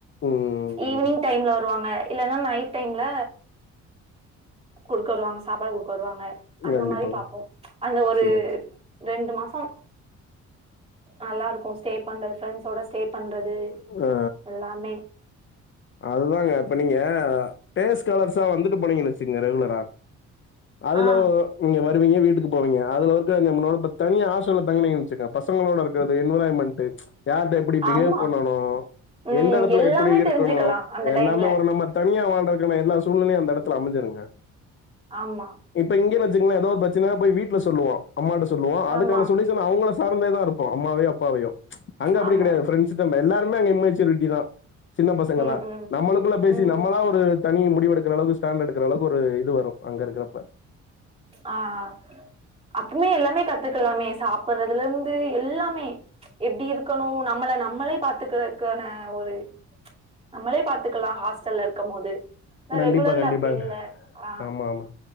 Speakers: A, on the left; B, on the right.
A: ம்
B: ஈவ்னிங் டைம்ல வருவாங்க இல்லன்னா நைட் டைம்ல கொடுக்க வருவாங்க சாப்பாடு கொடுக்க வருவாங்க அந்த
A: கண்டிப்பாங்க
B: மாரி பாப்போம் அந்த ஒரு
A: சேரி
B: ரெண்டு மாசம் நல்லாருக்கும் ஸ்டே பண்றது ஃப்ரண்ஸோட ஸ்டே பண்ற து
A: ஆ
B: எல்லாமே
A: அதுதாங்க இப்ப நீங்க டேஸ் காலர்ஸா வந்துட்டு போனீங்கன்னு வச்சுகங்க ரெகுலரா அதுல
B: ஆ
A: நீங்க வருவீங்க வீட்டுக்கு போவீங்க அதுல வந்து அங்க நம்முளோட இப்ப தனியா ஆஸ்டல்ல தங்கினிங்கன்னு வச்சுக்குங்க பசங்களோட இருக்கறது என்விரான்மென்ட்டு யார்ட்ட எப்பிடி பிஹேவ்
B: ஆமா
A: பண்ணணும்
B: ம்
A: எந்த எடத்துல
B: எல்லாமே
A: எப்பிடி இருக்கணும்
B: தெரிஞ்சுக்கலா அந்த
A: எல்லாமே
B: டைம்ல
A: ஒரள நம்ம தனியா வாழ்றதுக்கான எல்லா சூழ்நிலையும் அந்த எடத்துல அமெஞ்சிருங்க
B: ஆமா
A: இப்ப இங்க வச்சுகங்களேன் ஏதோ ஒரு பிரச்சன போய் வீட்ல சொல்லுவோ அம்மாட்ட சொல்லுவோ அதுக்கான
B: ஆமா
A: சொலு ஷன் அவுங்கள சார்ந்தேதாருப்போ அம்மாவையோ அப்பாவையோ அங்க அப்பிடி
B: ஆமா
A: கெடையாது ஃப்ரெண்ட்ஸ் தம் எல்லாருமே அங்க இம்மெச்சூரிட்டிதான் சின்ன பசங்க
B: ம்
A: தான்
B: ம்
A: நம்மளுக்குள்ள பேசி
B: ம்
A: நம்மளா ஒரு தனி முடிவு எடுக்குற அளவுக்கு ஸடாண்ட் எடுக்குற அளவுக்கு ஒரு இது வரும் அங்க இருக்குறப்ப
B: ஆ ஆ அப்பமே எல்லாமே கத்துக்கலாமே சாப்பறதுலருந்து எல்லாமே ச் எப்டி இருக்கணு நம்மள நம்மளே பாத்துக்கறக்கான ஒரு நம்மளே பாத்துக்கலா ஹாஸ்டல்ல இருக்கம்போது
A: கண்டிப்பா
B: ரெகுலர்ல
A: கண்டிப்பாங்க
B: அப்டி இல்ல அ
A: ஆமா ஆமா